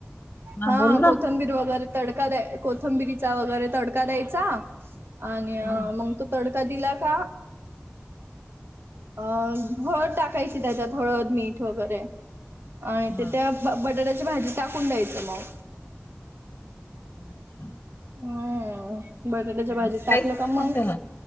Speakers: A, on the right (about 60°); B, on the left (about 45°).
A: हा
B: बोल ना.
A: कोथंबीर वगैरे तडका द्याय कोथंबिरीचा वगैरे तडका द्यायचा. आणि
B: हा
A: मग तो तडका दिला का अ हळद टाकायची त्याच्यात हळद, मीठ वगैरे आणि
B: हा,
A: ते त्या ब-बटाट्याची भाजी टाकून द्यायचं मग.
B: अच्छा.
A: हम्म बटाट्याच्या भाजीत
B: बाकी
A: टाकलं
B: काहीच नाही
A: का मग
B: त्याला.